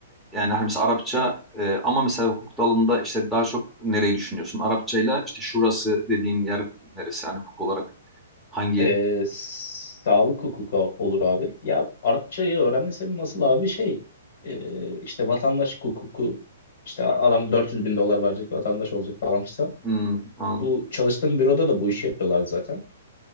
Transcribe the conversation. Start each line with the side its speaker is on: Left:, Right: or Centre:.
Centre: yani hani mesela Arapça e, ama mesela hukuk dalında işte daha çok nereyi düşünüyorsun? Arapçayla işte şurası dediğin yer neresi? Yani hukuk olarak hangi
Left: Ee, sağlık hukuku olur abi. Ya Arapçayı öğrenme sebebi nasıl abi şey ee, işte vatandaş hukuku işte adam 400 bin dolar verecek vatandaş olacak falan filan.
Centre: hmm, anladım.
Left: Bu çalıştığım büroda da bu işi yapıyorlar zaten.